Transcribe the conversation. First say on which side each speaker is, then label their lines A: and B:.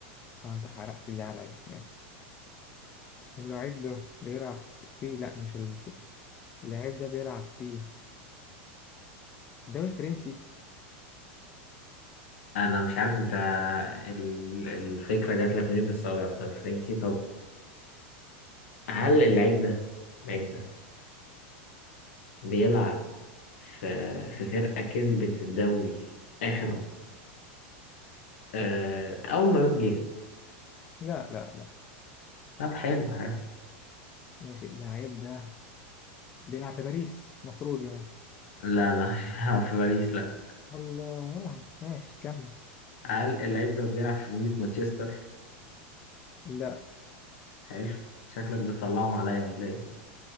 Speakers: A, on the left; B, on the left.
A: اه انت حرقت دي عليا ماشي اللاعب ده بيلعب في, الس- في لا مش السيتي اللاعب ده بيلعب في الدوري الفرنسي
B: انا مش عارف انت ال- الفكره جات لك منين بس ابيض فرنسي طب هل اللعيب ده اللعيب ده بيلعب في في فرقه كسبت الدوري اخر آه اول ما بيجي
A: لا لا لا
B: طب حلو حلو
A: ماشي اللاعب ده بيلعب في باريس المفروض يعني
B: لا لا <laughs> مش بيلعب في باريس لا
A: الله ماشي كمل
B: هل اللعيب ده بيلعب في مدينه مانشستر
A: لا
B: حلو شكلك بتطلعهم عليا ولا ايه